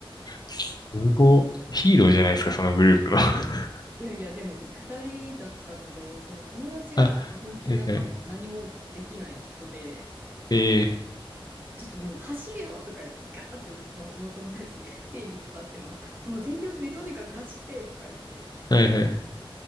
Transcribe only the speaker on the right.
いやいや、でも2人だったので、その友達が本当なんかもう何もできない人で、
ちょっともう走るよとか言って、ガーってもうその友達に手引っ張っても、もう全力でとにかく走ってとか言って